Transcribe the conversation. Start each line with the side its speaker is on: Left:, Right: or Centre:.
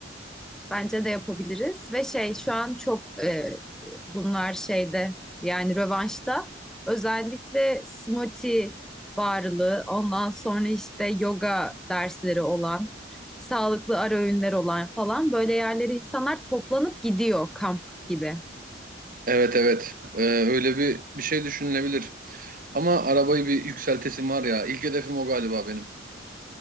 Centre: Bence de yapabiliriz ve şey şu an çok e, bunlar şeyde yani rövanşta özellikle smoothie varlığı ondan sonra işte yoga dersleri olan sağlıklı ara öğünler olan falan böyle yerlere insanlar toplanıp gidiyor kamp gibi.
Right: Evet evet. Ee, öyle bir bir şey düşünülebilir. Ama arabayı bir yükseltesim var ya. İlk hedefim o galiba benim.